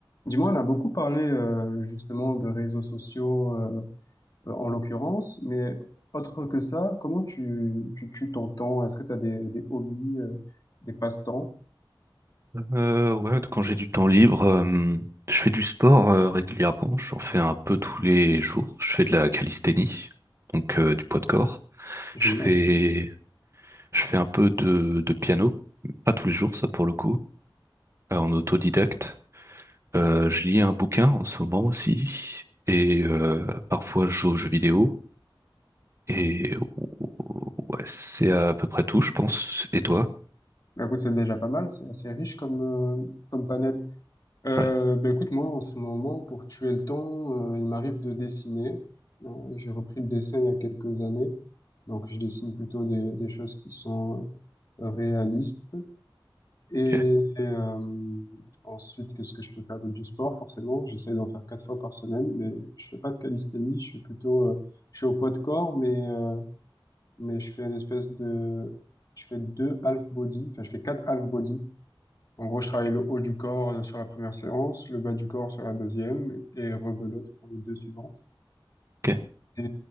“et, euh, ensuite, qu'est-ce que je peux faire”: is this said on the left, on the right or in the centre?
Left